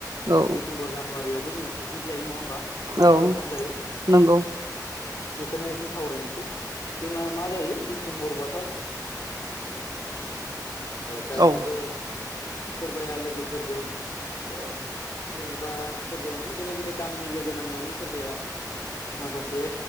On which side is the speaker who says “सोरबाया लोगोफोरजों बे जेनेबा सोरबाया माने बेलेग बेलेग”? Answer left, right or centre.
Left